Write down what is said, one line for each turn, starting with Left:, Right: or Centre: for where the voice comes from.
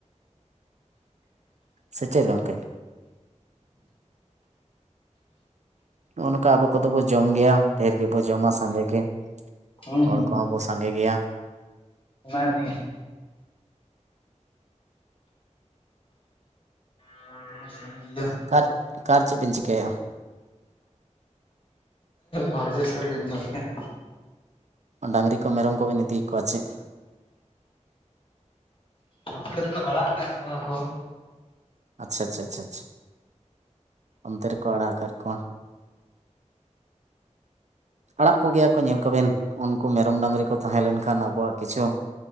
Right: ᱥᱮ ᱪᱮᱫ ᱜᱚᱝᱠᱮ? ᱱᱚᱜᱼᱚ ᱱᱚᱝᱠᱟ ᱟᱵᱚ ᱠᱚᱫᱚ ᱵᱚ ᱡᱚᱢ ᱜᱮᱭᱟ ᱰᱷᱮᱨ ᱜᱮᱵᱚ ᱡᱚᱢᱟ ᱥᱟᱸᱜᱮ ᱜᱮ᱾
Left: ᱦᱩᱸ
Right: ᱦᱚᱲ
Left: ᱦᱩᱸ
Right: ᱠᱚᱦᱚᱸ ᱵᱚ ᱥᱟᱸᱜᱮ ᱜᱮᱭᱟ᱾
Left: <unintelligible> ᱦ ᱛ <unintelligible>
Right: ᱠᱟᱨ ᱠᱟᱨᱮ ᱪᱮᱫ ᱵᱮᱱ ᱪᱤᱠᱟᱹᱭᱟ?
Left: ᱵᱟᱨᱜᱮ ᱥᱮᱜ ᱨᱮᱜᱮ ᱢᱮᱱᱟᱜ ᱞᱤᱧᱟ᱾
Right: ᱰᱟᱺᱜᱨᱤ ᱠᱚ ᱢᱮᱨᱚᱢ ᱠᱚᱵᱮᱱ ᱤᱫᱤᱭᱮᱫ ᱠᱚᱣᱟ ᱪᱮᱫ?
Left: ᱱᱚᱛᱮ ᱨᱮ ᱫᱚᱠᱚ ᱟᱲᱟᱜ ᱠᱟᱜ ᱠᱚᱣᱟ ᱠᱚ᱾
Right: ᱟᱪᱷᱟ ᱻᱟᱪᱷᱟ ᱻᱟᱪᱪᱷᱟ᱾ ᱚᱱᱛᱮ ᱨᱮᱠᱚ ᱟᱲᱟᱜ ᱟᱠᱟᱫ ᱠᱚᱣᱟ? ᱟᱲᱟᱜ ᱠᱚᱜᱮᱭᱟ ᱠᱚ ᱧᱮᱞ ᱠᱚᱵᱮᱱ ᱩᱱᱠᱩ ᱢᱮᱨᱚᱢ ᱰᱟᱺᱨᱤ ᱠᱚ ᱛᱟᱦᱮᱸ ᱞᱮᱱᱠᱷᱟᱱ ᱟᱵᱚᱣᱟᱜ ᱠᱤᱪᱷᱩ